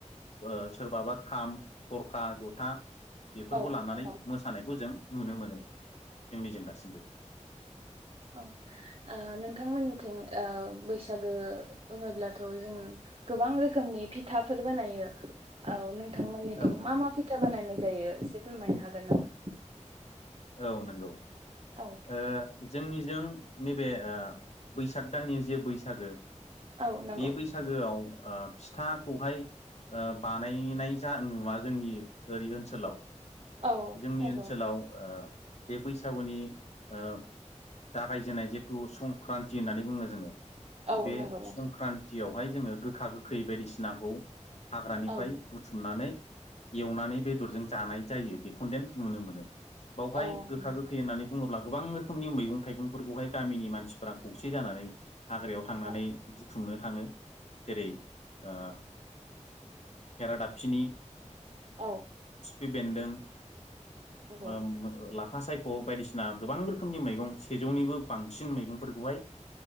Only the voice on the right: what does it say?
औ
नंगौ
ओ नोंथांमोननिथिं ओ बैसागो बुङोब्लाथ' जोङो गोबां रोखोमनि फिथाफोर बानायो औ नों थांमोननिथिं
मा मा फिथा बानायनाय जायो एसे फोरमायनो हागोन नामा?
औ
औ नंगौ
औ
नंगौ
औ
नंगौ नोंथां
औ
औ
नंगौ
औ
औ
नंगौ